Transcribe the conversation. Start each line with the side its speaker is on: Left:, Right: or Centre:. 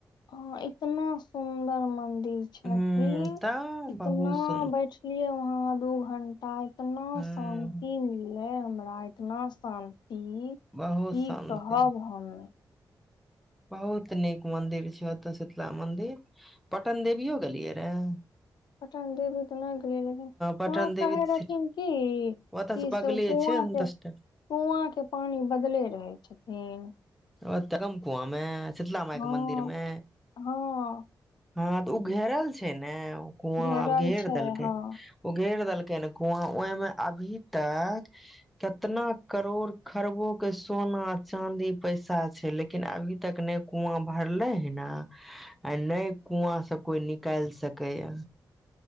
Left: ह इतना सुन्दर मन्दिर र छथिन
Centre: हूँ तऽ
Left: इतना
Centre: बहुत सुन
Left: बैठलियए वहाँ दू घण्टा इतना
Centre: हूँ
Left: शान्ति मिलले हमरा इतना आसान ती की
Centre: बहुत शान्ति
Left: कहब हम
Centre: बहुत नीक मन्दिर छै ओतय शीतला मन्दिर पटन देवियो गेलियै रहए
Left: पटन देवी तना गेल
Centre: पटन
Left: वहां
Centre: देवी
Left: कहे
Centre: तऽ
Left: रहथिन
Centre: सी-
Left: क कि
Centre: ओतऽ बगले
Left: से ओ कुआँ
Centre: छै
Left: के
Centre: दस
Left: कुआँ
Centre: टा
Left: के पानी बदले रहै छथिन
Centre: ओ तम कुमे शीतला माय
Left: हँ
Centre: के मंदिर मे
Left: हँ
Centre: ह त ओ घेरल छै ने कुआ
Left: घेरल
Centre: घेर
Left: छै
Centre: देलकै
Left: हँ
Centre: ओ घेर देलकै केनकुआं ह ओहिमे अभी तक कितना करोड़ खरबो के सोना चाँदी पैसा छै लेकिन अभी तक नहि कुआँ भरले ह न आ नहि कुआँ से कोई निकालि सकै या